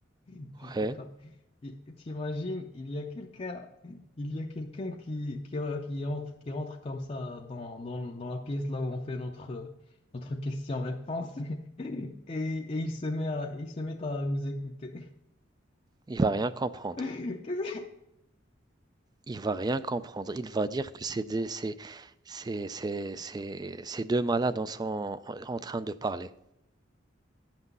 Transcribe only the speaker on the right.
Ouais,
il va rien comprendre.
Il va rien comprendre. Il va dire que c'est des, c'est, c'est, c'est, c'est- c'est deux malades en, sont, en train de parler.